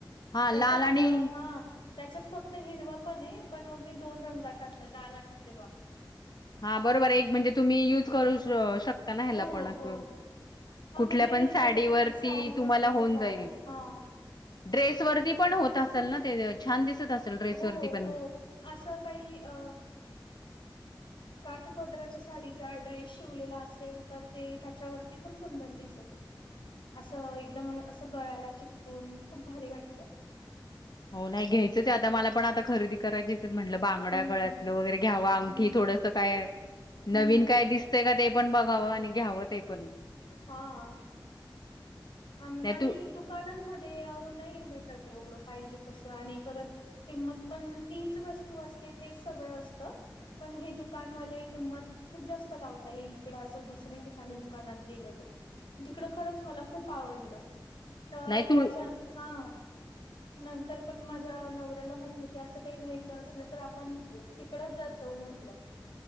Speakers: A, on the left (about 60°); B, on the left (about 85°).
A: हा
B: त्याच्यात,
A: लाल आणि
B: अ. ह. त्याच्यात फक्त हिरवा पणे. पण मग मी दोन रंगात आणलं. लाल आणि हिरवा.
A: हा बरोबरे. एक म्हणजे तुम्ही युज करू श शकता ना. ह्याला
B: हो
A: पण असं.
B: हो हा
A: कुठल्या
B: म्हणजे
A: पण साडीवरती
B: जर अ,
A: तुम्हाला होऊन
B: ते जाणार
A: जाईल.
B: हा
A: ड्रेस वरती पण होत असल ना? ते ज छान दिसत असेल. ड्रेसवरती
B: हो
A: पण
B: हो. असं काही अ
A: <inaudible>
B: काठा पदराच्या साडीचा ड्रेस शिवलेला असेल, तर ते त्याच्यावरती पण सुंदर दिसेल. असं एकदम असं गळ्याला चिकटून. खूप भारी वाटतं.
A: हो नाही घ्यायचंचे आता. मला पण आता खरेदी करायचीच म्हटलं. बांगड्या,
B: हम्म
A: गळ्यातलं वगैरे घ्यावा.
B: हम्म
A: अंगठी थोडंसं काय
B: हम्म.
A: नवीन काय दिसतंय का ते पण बघावं. आणि घ्यावं ते पण.
B: हा. आम
A: नाही
B: आणि
A: तू
B: दुकानांमध्ये अहो नाही भेटत एवढं पाहिजे तसं. आणि परत किंमत पण तीच वस्तू असते, तेच सगळं असतं. पण हे दुकानवाले किंमत खूप जास्त लावताय हे इकडं असं दुसऱ्या ठिकाणी दुकानात गेलं तर, तिकडं खरंच मला खूप आवडल तर
A: नाही
B: याच्या
A: तुळ
B: हा नंतर पण माझ्या नवऱ्याला म्हटलं, की असं काही घ्यायचं असलं तर आपण तिकडंच जात जाऊ म्हटलं.